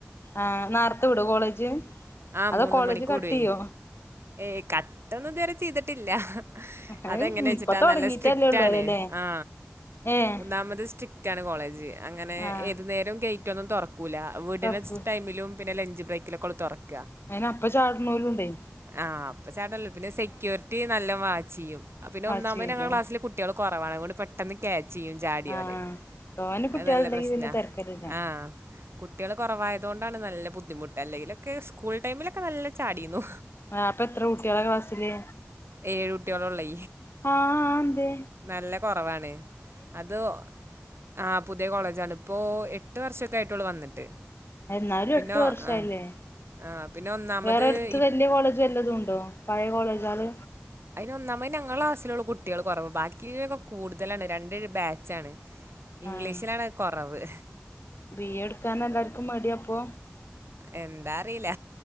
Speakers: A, on the left (about 75°); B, on the right (about 85°).
A: ആ ന്നാർത്തെ വിടോ കോളേജ്?
B: ആ
A: അതോ
B: മൂന്ന്
A: കോളേജ്
B: മണിക്ക്
A: കട്ട്
B: വിടുഎ
A: ചെയ്യോ
B: ഏയ് കട്ടൊന്നും ഇതുരെ ചെയ്തിട്ടില്ല
A: അത്
B: അതെങ്ങനെ എച്ചിട്ടാ
A: ഇപ്പൊ തുടങ്ങിട്ടല്ലേ
B: ന്നല്ല സ്ട്രിക്റ്റ്
A: ഉള്ളൂ
B: ആണ്
A: അതല്ലേ
B: ആ
A: ഏഹ്
B: ഒന്നാമത് സ്ട്രി റ്റാണ് കോളേജ് അങ്ങനെ
A: ആഹ്
B: ഏതു ന്നേരും ഗെയ്റ്റൊന്നും തൊർക്കൂല വിട്ണ
A: തുറക്കൂ
B: സ് ടൈമിലും പിന്നെ ലഞ്ച് ബ്രേക്കെലൊകെ തുറക്ക്
A: അയിന അപ്പ ചാട നോരുണ്ടേ
B: ആഹ് അപ്പ ചാട്ല്ലോ പിന്നെ സെക്യൂരിറ്റി നല്ല വാച്ച് ചെയ്യും പിന്നെ
A: വാശിയില്ലേ
B: ഒന്നാമത് ഞങ്ങളുടെ ക്ലാസ്സില് കുട്ടികൾ കുറ പ്വാ <unintelligible> ണക കൊണ്ട് പെട്ടെന്ന് കാക്ച്ച ചെയ്യും ചാടിയോല്
A: ആഹ് തോനെ കുട്ടികളുണ്ടെങ്കി
B: അത് നല്ല പ്രശ്നാ
A: പിന്നെ തെരക്കടില്ല
B: ആഹ കുട്ടികള് കുറവായത കൊണ്ടാണ് നല്ല ബുദ്ധിമുട്ട് അല്ലെങ്കിലൊക്കെ സ്കൂൾ ടൈമിലൊക്കെ നല്ല ചാടിന്നു
A: ആ അപ്പൊ എത്ര കുട്ടികള ക്ലാസില്
B: ഏഴ് കുട്ടികളുള്ളേ.
A: ആ എന്തെ
B: നല്ല കുറവാണ് അത് ആ പുതിയ കോളേജാണ് ഇപ്പോഎട്ട് വർഷമൊക്കെ ആയിട്ടോുള്ള വന്നിട്ട്
A: എന്നാലും
B: പിന്നെ
A: എട്ടു വർഷ
B: ആ.
A: അയില്ലേ
B: ആ പിന്നെ ഒന്നാമത്
A: വേറെ അടുത്ത്
B: ഇപ്
A: വലിയ കോളേജ് വല്ലതും ഉണ്ടോ പഴയ കോളേജാള്
B: അതിനന്നാമ ഞങ്ങള ക്ലാസ്സിലുള്ള കുട്ടികൾ കുറവ് ബാക്കിക്കെ കൂടുതലാണ് രണ്ട് ബാച്ചാണ് ഇംഗ്ലീഷിലാണ്
A: ആഹ്
B: കുറവ്
A: ബി എ. എടുക്കാൻ എല്ലാർക്കും മടിയ അപ്പൊ
B: എന്താ അറിയില്ല